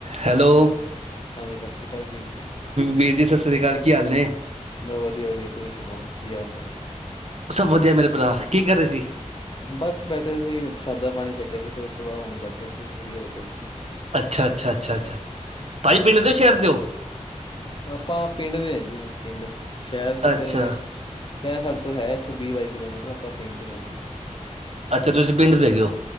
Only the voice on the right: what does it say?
Hello
ਵੀਰ ਜੀ ਸਤਿ ਸ੍ਰੀ ਅਕਾਲ ਕੀ ਹਾਲ ਨੇ
ਸਭ ਵਧੀਆ ਮੇਰੇ ਭਰਾ ਕੀ ਕਰ ਰਹੇ ਸੀ
ਅੱਛਾ ਅੱਛਾ ਅੱਛਾ ਅੱਛਾ ਭਾਜੀ
ਪਿੰਡ ਦੇ ਹੋ ਸ਼ਹਿਰ ਦੇ ਹੋ
ਅੱਛਾ
ਅੱਛਾ ਤੁਸੀਂ ਪਿੰਡ ਦੇ ਗ ਹੋ